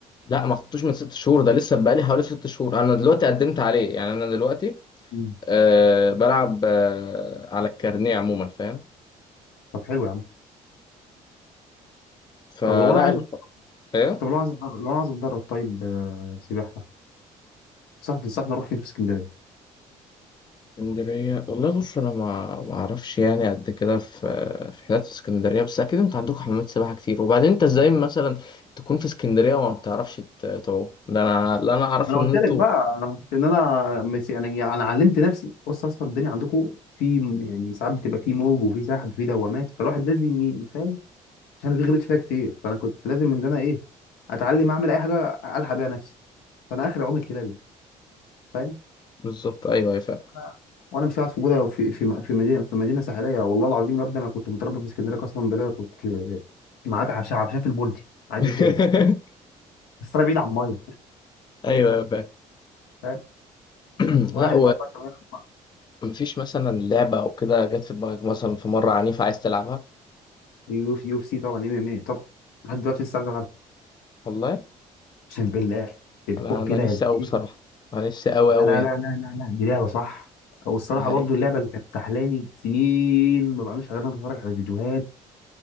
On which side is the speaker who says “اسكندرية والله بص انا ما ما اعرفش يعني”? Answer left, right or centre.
Left